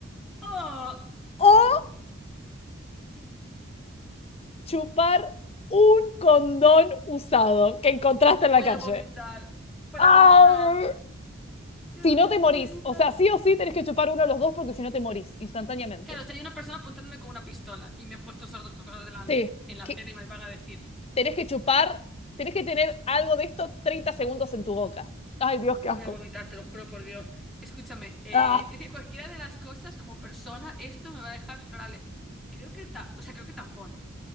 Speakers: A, in the centre; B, on the left.
A: oh.
B: o chupar un condón usado que encontraste en
A: Voy
B: la calle?
A: a vomitar. Voy
B: ¡Ay!
A: a vomitar. Dios
B: Si
A: mío,
B: no
A: de
B: te morís.
A: mi vida.
B: O sea, sí o sí tenés que chupar uno de los dos porque si no te morís instantáneamente.
A: Claro, si hay una persona apuntándome con una pistola y me ha puesto esas dos cosas delante
B: Sí.
A: en la
B: Que
A: acera y me va a decir.
B: tenés que chupar, tenés que tener algo de esto 30 segundos en tu boca. Ay, Dios, qué
A: Voy
B: asco.
A: a vomitar, te lo juro por Dios. Escúchame, eh,
B: Ah.
A: es que cualquiera de las cosas como persona, esto me va a dejar deplorable. Creo que el ta- o sea, creo que el tampón, ¿eh?